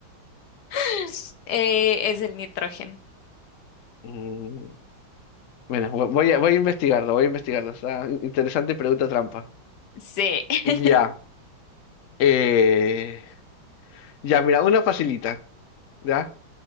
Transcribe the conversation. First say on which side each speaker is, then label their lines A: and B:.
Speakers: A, on the left (about 60°); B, on the left (about 80°).
A: <laughs> Eh, es el nitrógeno.
B: Mm, Bueno, vo- voy a, voy a investigarlo, voy a investigarlo. Está in- interesante pregunta trampa.
A: Sí. <laughs>
B: Ya. eh, ya, mira, una facilita, ¿ya?